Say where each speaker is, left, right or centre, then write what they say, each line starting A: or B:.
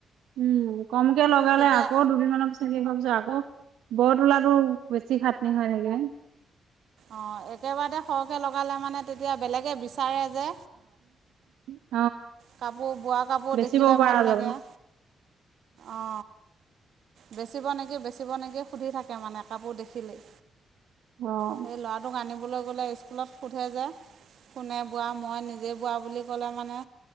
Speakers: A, on the right (about 85°); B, on the right (about 75°).
A: উম কমকে লগালে
B: তেতিয়া
A: আকৌ দুদিনমানৰ পিছত আকৌ ব বহুত। তোলাটো বেছি খাটনি হয় থাকে।
B: অ একেবাৰেতে সৰহকে লগালে মানে তেতিয়া বেলেগে বিচাৰে। যে
A: অ।
B: কাপোৰ বোৱা কাপোৰ
A: বেচিব
B: দেখিলে
A: পৰা
B: ভাল
A: যাব
B: লাগে অ। বেচিব নেকি বেচিব নেকি সুধি থাকে মানে কাপোৰ দেখিলেই
A: অ', অ',
B: সেই ল'ৰাটোক আনিব- ক'বলৈ গ'লে স্কুলত সোধে যে। কোনে বোৱা মই নিজে বোৱা বুলি- গ'লে মানে।